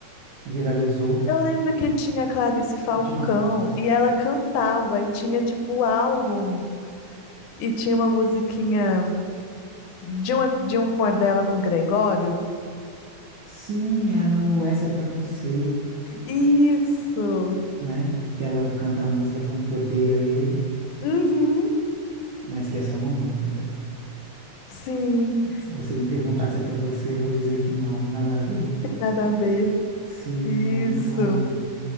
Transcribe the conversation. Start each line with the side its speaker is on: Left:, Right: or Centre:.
Right: viralizou
Left: Eu lembro que tinha a Clarice Falcão
Right: demais.
Left: e ela cantava e tinha, tipo, o álbum e tinha uma musiquinha de um, ep- de um com a dela com o Gregório.
Right: Sim, era o Essa é pra você.
Left: Isso!
Right: né? Que ela canta a música falando que odeia ele,
Left: Uhum,
Right: mas que é só uma música.
Left: sim,
Right: Se você me perguntar se é pra você, eu vou dizer que não, nada a ver.
Left: tem nada a ver.
Right: Sim,
Left: Isso,
Right: é muito bom.